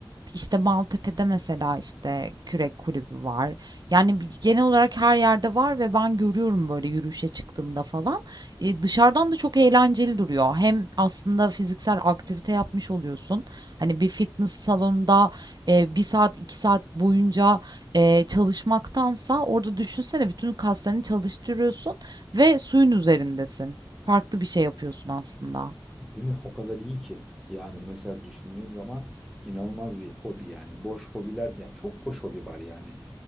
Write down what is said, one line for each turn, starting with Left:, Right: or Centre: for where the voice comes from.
Right: işte Maltepe'de mesela işte kürek kulübü var. Yani bi- genel olarak her yerde var ve ben görüyorum böyle yürüyüşe çıktığımda falan. E, dışarıdan da çok eğlenceli duruyor. Hem aslında fiziksel aktivite yapmış oluyorsun. Hani bir fitness salonunda e, bir saat iki saat boyunca e, çalışmaktansa orada düşünsene bütün kaslarını çalıştırıyorsun ve suyun üzerindesin. Farklı bir şey yapıyorsun aslında.
Centre: değil mi? O kadar iyi ki. Yani mesela düşündüğün zaman inanılmaz bir hobi yani. Boş hobiler ya çok boş hobi var yani.